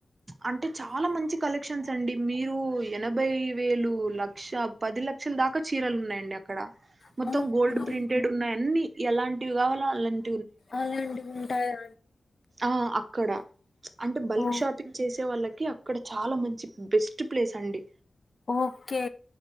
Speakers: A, on the right; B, on the left.
A: అంటే చాలా మంచి కలెక్షన్స్ అండి మీరు ఎనభై వేలు లక్ష పది లక్షల దాకా చీరలు ఉన్నాయండి అక్కడ మొత్తం
B: అవునా
A: గోల్డ్
B: అండి
A: ప్రింటెడ్ ఉన్నాయి అన్ని ఎలాంటివి కావాలో అలాన్
B: అలాంటివి ఉంటాయా
A: ఆ అక్కడ అంటే బల్క్
B: ఓ
A: షాపింగ్ చేసే వాళ్ళకి అక్కడ చాలా మంచి బెస్ట్ ప్లేస్ అండి
B: ఓకే